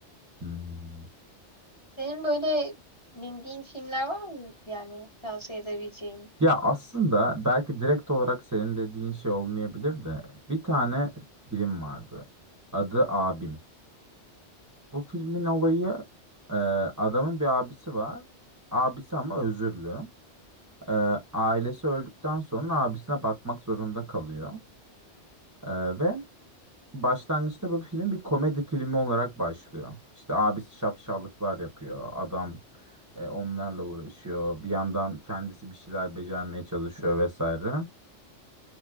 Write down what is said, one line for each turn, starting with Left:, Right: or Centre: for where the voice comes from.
Right: Hmm.
Left: Senin böyle bildiğin filmler var mı yani tavsiye edebileceğin?
Right: Ya aslında belki direkt olarak senin dediğin şey olmayabilir de bir tane film vardı. Adı Abim. Bu filmin olayı e, adamın bir abisi var. Abisi ama özürlü. E, ailesi öldükten sonra abisine bakmak zorunda kalıyor. E, ve başlangıçta bu film bir komedi filmi olarak başlıyor. İşte abisi şapşallıklar yapıyor. Adam e, onlarla uğraşıyor. Bir yandan kendisi bir şeyler becermeye çalışıyor vesaire.